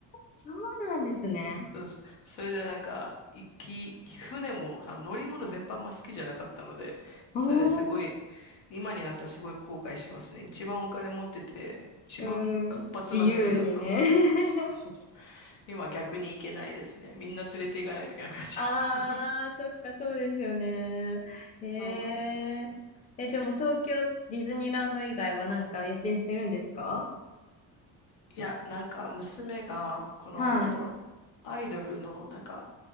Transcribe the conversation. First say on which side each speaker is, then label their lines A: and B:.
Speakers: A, on the left; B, on the left.
A: そうなんですね。
B: そうです。それでなんか、行き、船も、あ、乗り物全般も好きじゃなかったので、
A: お
B: それですごい、
A: ー、
B: 今になったらすごい後悔してますね。一番お金持ってて、一番活発な時期だったので、
A: うーん、自由にね。<laughs>
B: <laughs> そうそうそう。今逆に行けないですね。みんな連れて行かないといけなくなっちゃう。
A: ああ、そっか、そうですよね。
B: <laughs>
A: へえ。
B: そうなんですよ。
A: え、でも東京ディズニーランド以外はなんか予定してるんですか
B: いや、なんか娘が、この、
A: はい。
B: なんだろう、アイドルの、なんか、